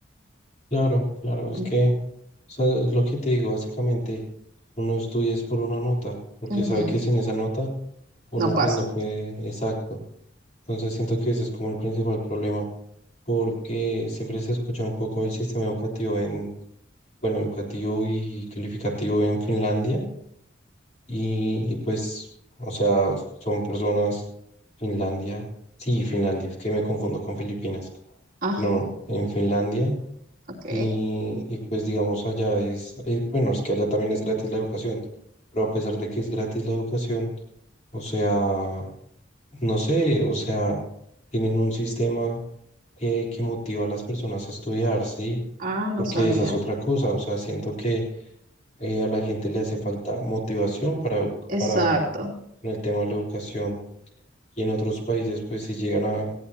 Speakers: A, on the left (about 35°); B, on the right (about 45°).
A: Claro, claro, es
B: <clears throat>
A: que, o sea, es lo que te digo, básicamente, uno estudia es por una nota, porque
B: Ujú,
A: sabe que sin esa nota uno
B: No pasa.
A: pues no puede, exacto. Entonces siento que ese es como el principal problema, porque siempre se escucha un poco el sistema educativo en, bueno, educativo y calificativo en Finlandia, y, y pues, o sea, son personas, Finlandia, sí, Finlandia, es que me confundo con Filipinas,
B: Ah,
A: no, en Finlandia.
B: ok.
A: Y, y pues digamos allá es, eh, bueno, es que allá también es gratis la educación, pero a pesar de que es gratis la educación, o sea, no sé, o sea, tienen un sistema que, que motiva a las personas a estudiar, ¿sí?
B: Ah, no
A: Porque
B: sabía.
A: esa es otra cosa, o sea, siento que eh, a la gente le hace falta motivación para, edu-
B: Exacto.
A: para en el tema de la educación y en otros países pues si llegan a, a